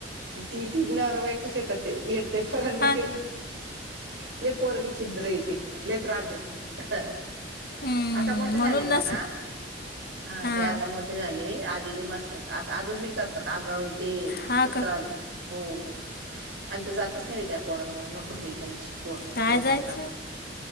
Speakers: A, on the right; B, on the left.
A: ती तीन नवरा बाईकच येतात ते येत नाही परण नाही
B: हा
A: घेऊन.
B: ना
A: ल पोर्विछिद्रती लले तजच
B: हम्म,
A: आता मोठे झाले
B: म्हणून
A: मणा
B: नसेल
A: हा
B: हां
A: ते आता मोठे झाले, आधीले मस्त आता अजून बी करतात आगाव येते.
B: हा
A: खूप-
B: का
A: त्रास हो, आणि ते जातच नाही बी त्या पोरांमूळ नकोच बाई त्यांची- होय.
B: काय
A: डोक्याला
B: जायचं
A: ताप तिकड.